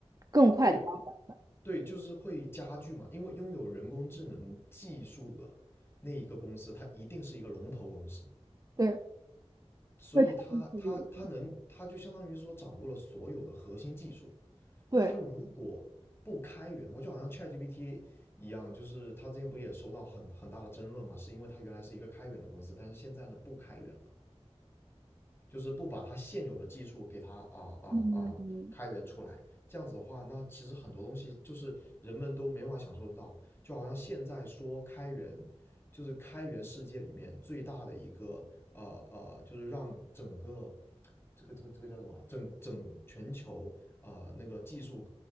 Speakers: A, on the right; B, on the left.
A: 更快的发展。
B: 对对，就是会加剧嘛，因为拥有人工智能技术的那一个公司，它一定是一个龙头公司，
A: 对，
B: 所以他他他能，
A: 对，它就是永
B: 他就相当于说掌握了所有的核心技术。
A: 对，
B: 那他如果不开源的话，就好像 ChatGPT 一样，就是他之前不也收到很很大的争论嘛，是因为他原来是一个开源的公司，但是现在呢不开源了。就是不把它现有的技术给它啊啊啊开源出来，
A: 嗯嗯
B: 这样子的话，那其实很多东西就是人们都没办法享受得到。就好像现在说开源，就是开源世界里面最大的一个呃呃，就是让整个这个这个这个叫什么？整整全球呃那个技术